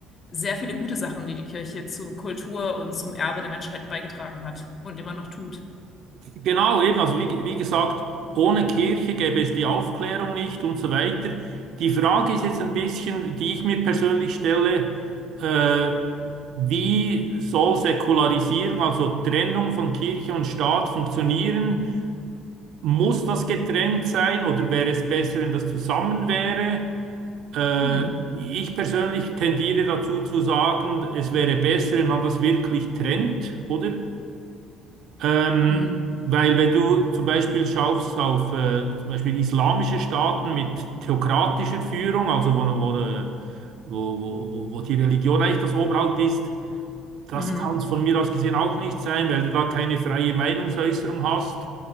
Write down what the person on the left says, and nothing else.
sehr viele gute Sachen, die die Kirche zu Kultur und zum Erbe der Menschheit beigetragen hat und immer noch tut.
Hm.
Mhm.
Mhm.